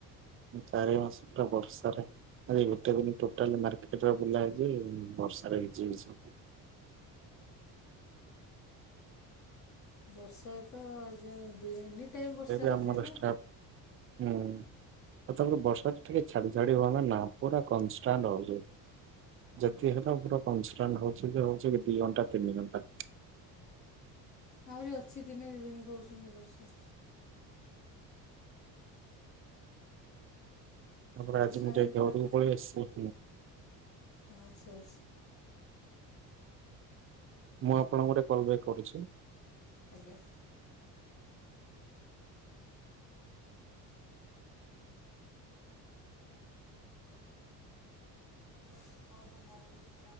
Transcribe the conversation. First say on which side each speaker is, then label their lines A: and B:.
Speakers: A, on the right; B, on the left.
A: ଚାରି ମାସ ପୁରା ବର୍ଷାରେ ଆଯି ଗୋଟେ ଦିନ ଟୋଟାଲ ମାର୍କେଟ ରେ ବୁଲା ହେଇଛି ବର୍ଷ ରେ ଭିଜି ଭିଜି।
B: ବର୍ଷାରେ ତ ଆଯି ଦିଆହେଇନି ଏନି ଟାଇମ୍ ବର୍ଷା
A: ସେ ବି
B: ହେଉଛି
A: ଆମର
B: ନା।
A: ଷ୍ଟାଫ ହୁଁ ଆଉ ତାପରେ ବର୍ଷା ଟିକେ ଛାଡ଼ିଛାଡ଼ି ହୁଅନ୍ତା ନା ପୁରା କନଷ୍ଟାଣ୍ଟ ହଉଛି। ଯଦି ହେଲା ପୁରା କନ୍ଷ୍ଟାନ୍ଟ ହଉଛି ଯେ ହଉଛି ଦି ଘଣ୍ଟା ତିନି ଘଣ୍ଟା।
B: ଆହୁରି ଅଛି ତିନି ଦିନ କହୁଛନ୍ତି।
A: ତାପରେ
B: ବର୍ଷା
A: ଆଜି ମୁଁ
B: ହେଇକି
A: ଯାଇ ଘରକୁ
B: ପୁରା
A: ପଳେଇ ଆସିଛି।
B: ଆଚ୍ଛା ଆଚ୍ଛା।
A: ମୁଁ ଆପଣଙ୍କୁ ଗୋଟେ କଲ୍ ବାକ୍ କରୁଛି।
B: ଆଜ୍ଞା। <unintelligible>